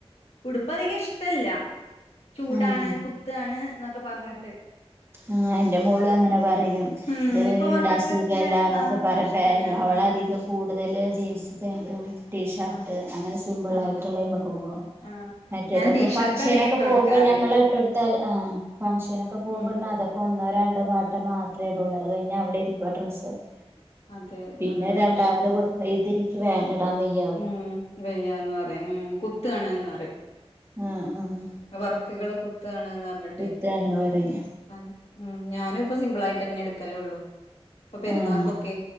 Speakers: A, on the left; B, on the right.
A: ഉട്പ്പ് അധികം ഇഷ്ട്ടല്ല. ചൂടാണ്
B: ആഹ്
A: കുത്താണ് എന്നൊക്കെ പർഞ്ഞിട്ട്.
B: ആഹ്, എന്റെ മോള് അങ്ങെനെ പറയും.
A: ഉം
B: ഇത്
A: ഇപ്പൊ മക്കൾക്കൊക്കെ
B: ഇടാൻ സുഖല്ലാന്നൊക്കെ
A: ആഹ്
B: പറ
A: ഇഷ്ടല്ല
B: പെ അവള്
A: ആഹ്
B: അധികം. കൂടുതെല് ജീൻസ് പേന്റും ടീഷർട്ട്
A: അതെ
B: അങ്ങനെ സിമ്പിൾ
A: ആഹ്
B: ആയിട്ട്ള്ളിമക്ക് ഓടും.
A: ആഹ്
B: മറ്റേ
A: ഞാൻ
B: തൊക്ക
A: ടീഷർട്ട്
B: ഫങ്‌ഷനൊക്ക
A: അധികം ഇട്ട് കൊടുക്കാറില്ല
B: പോകുമ്പോൾ ഞമ്മൾ ഇട്ടൊട് ത്താൽ ആഹ്, ഫങ്‌ഷനൊക്ക പോകുമ്പ
A: ഉം
B: ട്ണ അതൊക്ക ഒന്നോ, രണ്ടോ വട്ടം മാത്രേ ഇടൊള്ളൂ. അത് കഴിഞ്ഞ അവിടെ ഇരിക്കും ആഹ് ഡ്രസ്സൊക്കെ.
A: അതെ
B: പിന്നെ,
A: അതാണ്
B: രണ്ടാ
A: പ്രശ്നം
B: മത് കൊടുക്കുമ്പോ ഇതെനിക്ക് വേണ്ട ഇടാൻ വെയ്
A: ഉം, വെയ്യാന്ന് പറയും. ഉം, കുത്താണ്ന്ന് പറയും.
B: ആഹ്, ആഹ്
A: വർക്കുകള് കുത്താണ് എന്ന് പറഞ്.
B: കുത്താണ് പറയ.
A: അതെ ഉം ഞാനും പ്പോ സിമ്പിളായിട്ടെന്നെ എടുക്കലുള്ളൂ. ഇപ്പൊ, പെരുന്നാക്കൊ
B: ആഹ്
A: ക്കെ